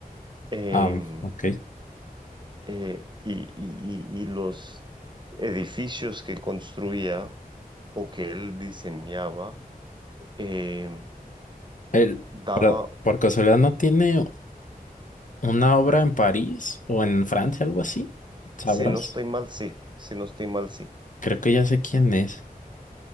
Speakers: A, on the right (about 30°); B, on the left (about 55°).
A: em,
B: Ah, ok.
A: eh, y, y- y- y los edificios que construía o que él diseñaba, eh,
B: Él,
A: daba,
B: pero, por casualidad, ¿no tiene una obra en París o en Francia, algo así? ¿Sabrás?
A: si no estoy mal, sí, si no estoy mal, sí.
B: Creo que ya sé quién es.